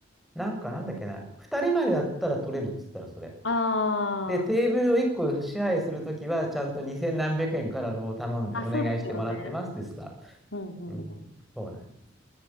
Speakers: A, in the centre; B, on the left.
A: なんかなんだっけな、二人までだったら取れるって言ったらそれ。
B: あ
A: で、テーブルを一個支配するときは、ちゃんと二千何百円からのを頼んで、
B: あ、
A: お願いしてもらってますですか。
B: あ、そうですよね。うんうんうん。
A: うん、そうなんです。